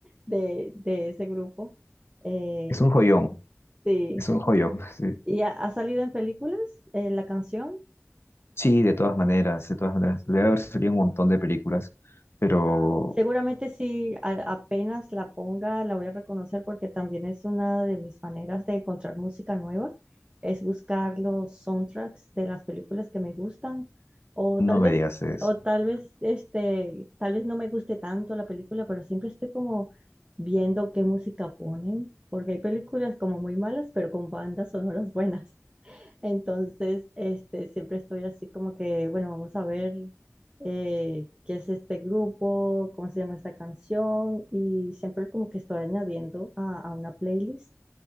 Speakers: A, on the right; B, on the left.
A: de, de ese grupo. Eh,
B: Es un joyón,
A: sí,
B: es un joyón. <laughs> Sí,
A: ¿y ha, ha salido en películas eh, la canción?
B: Sí, de todas maneras, de todas maneras. Debe haber salido un montón de películas, pero
A: Ah, Seguramente si a- apenas la ponga, la voy a reconocer porque también es una de mis maneras de encontrar música nueva, es buscar los soundtracks de las películas que me gustan o
B: no
A: tal vez
B: me digas eso.
A: o tal vez este tal vez no me guste tanto la película, pero siempre estoy como viendo qué música ponen, porque hay películas como muy malas, pero con bandas sonoras buenas. Entonces, este, siempre estoy así como que, bueno, vamos a ver eh, qué es este grupo, cómo se llama esta canción, y siempre como que estoy añadiendo a, a una playlist.